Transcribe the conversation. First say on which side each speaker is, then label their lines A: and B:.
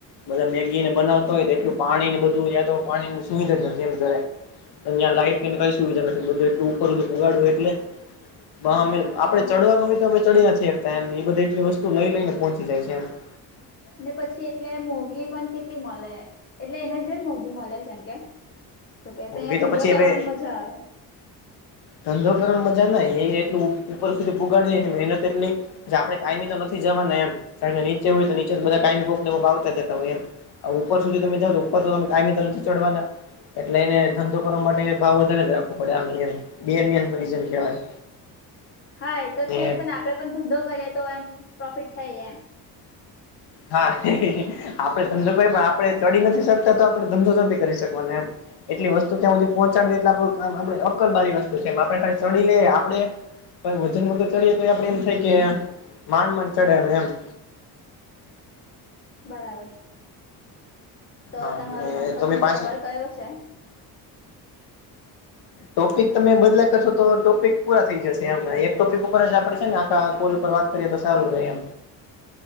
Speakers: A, on the left; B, on the left.
A: બધા મેગી ને બનાવતા
B: હમ
A: હોય એટલું પાણી ને બધું યા તો પાણીની સુવિધા નથી <inaudible> ત્યા લાઈટને કઈ સુવિધા નથી બધું એટલું ઉપર હુધી પુગાડવું એટલે <inaudible> ચડવાનું
B: હા
A: હોય તા એમ એ બધ એટલી વસ્તુ લઈ લઈને પહોંચી જાય છે એમ- -
B: ને પછી એટલે મોગી પણ કેટલી મળે. એટલે એને જ મોઘી મળે છે એમ કે કે અહીિયાંયા
A: ઊંઘી
B: ધંધો
A: તો પછી
B: કરવાની
A: હવે
B: મજા આવે.
A: ધંધો કરણ મજા ના એટલું ઉપર સુધી પગાડે એની મહેનત એટલી- - આપણે કાયમી તો નથી જવાના એમ નીચે હોય તો નીચે તો બધા કાયમીકને ભ આવતા જતા હોય એમ- - ઉપર સુધી તમે જાાવને ઉપર તો તમે કાયમેી તો નથી ચડવાના. એટલે એને ધંધો કરવા માટે ભાવ વધારે જ રાખવો પડે આ રન કેવાય
B: હા એ તો
A: ને
B: છે જ પણ આપડે પણ ધંધો કરીએ તો એમ પ્રોફિટ થાય એમ
A: હા આપડે ધંધો ક પણ આપડે ચડી નથી શકતા તો આપડણે ધંધો કરી શકવાનો એમ. એટલી વસ્તુ ક્યાં સુધી પહોંચાડવી એટલે આપુંામ આપણે અકલબારી વસ્તુ છે એમ આપણે ખાલી ચડીલે આપણે. વજન વગર ચડીએ તો આપડે એમ થાય કે માંડ માડ ચડે એમ.
B: બરાબર તો
A: હા
B: તમારો
A: ને
B: મનપસંદ
A: તમે પાંચ
B: તહેવાર કયો છે?
A: ટોપિક તમે બદલા કરશો તો ટોપિક પૂરા થઈ જશે એમ એક ટોપિક ઉપર જ આપડે છે ને આખા કોલ ઉપર વાત કરીએ તો સારુ એમ.